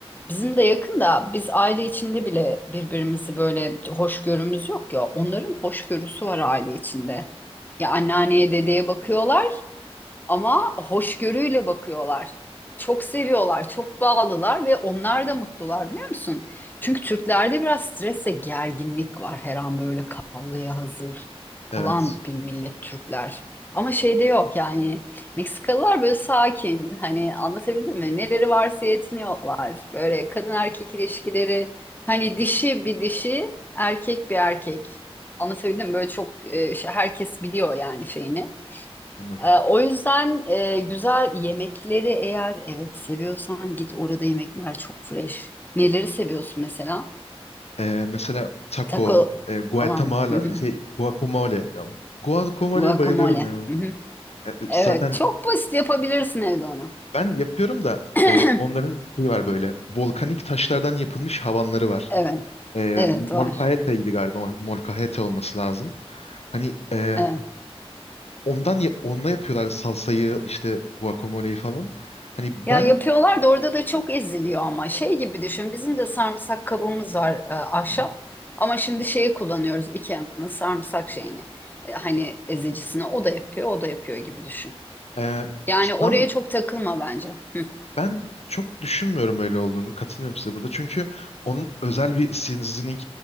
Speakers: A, on the left; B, on the left.
A: Bizim de yakın da biz aile içinde bile birbirimizi böyle hoşgörümüz yok ya. Onların hoşgörüsü var aile içinde. Ya anneanneye dedeye bakıyorlar. Ama hoşgörüyle bakıyorlar. Çok seviyorlar, çok bağlılar ve onlar da mutlular biliyor musun? Çünkü Türklerde biraz stres ve gerginlik var. Her an böyle kavgaya hazır
B: evet
A: falan bir millet Türkler. Ama şeyde yok yani Meksikalılar böyle sakin hani anlatabildim mi? Neleri varsa yetiniyorlar. Böyle kadın erkek ilişkileri hani dişi bir dişi erkek bir erkek. Anlatabildim mi? Böyle çok e, şey- herkes biliyor yani şeyini.
B: anladım.
A: Ee, o yüzden e, güzel yemekleri eğer evet seviyorsan git orada yemekler çok fresh. Neleri seviyorsun mesela?
B: Ee, mesela taco,
A: Taco
B: e, Guatemala,
A: falan mı? Hı hı.
B: şey guacamole. Ya, guacamole'ye
A: Guacamole.
B: bayılıyorum ya.
A: Hı hı.
B: E,
A: Evet
B: zaten
A: çok basit yapabilirsin evde onu.
B: ben yapıyorum da
A: <clears throat>
B: e, onların şeyi var böyle volkanik taşlardan yapılmış havanları var.
A: Evet,
B: E,
A: evet
B: molcajete'ydi
A: var.
B: galiba. mol- Molcajete olması lazım. Hani e,
A: Evet.
B: ondan ya- onunla yapıyorlar salsayı işte guacamole'yi falan. Hani
A: Ya
B: ben
A: yapıyorlar da orada da çok eziliyor ama şey gibi düşün. Bizim de sarımsak kabımız var e, ahşap.
B: Hı hı.
A: Ama şimdi şeyi kullanıyoruz. IKEA'nın sarımsak şeyini. E, hani ezicisini o da yapıyor, o da yapıyor gibi düşün.
B: e,
A: Yani oraya
B: tam
A: çok takılma bence. Hı.
B: Ben çok düşünmüyorum öyle olduğunu. Katılmıyorum size burada. Çünkü onun özel bir seasoning